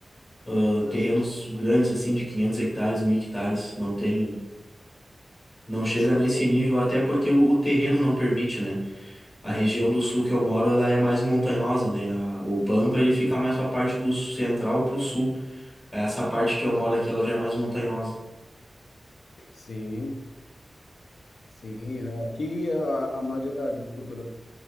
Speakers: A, on the left; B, on the left.
A: ãh,
B: Então,
A: terrenos
B: assim,
A: grandes assim de 500 hectares, 1000 hectares, não tem, não
B: O
A: chega
B: pessoal
A: nesse
B: do.
A: nível, até porque o, o terreno não permite, né? A
B: é,
A: região do sul que eu moro, ela é mais montanhosa, né? A- O Pampa, ele fica mais pra parte do central pro sul. Essa parte que eu moro aqui, ela já é mais montanhosa,
B: Sim, sim. né? Aqui a, a maioria da agricultura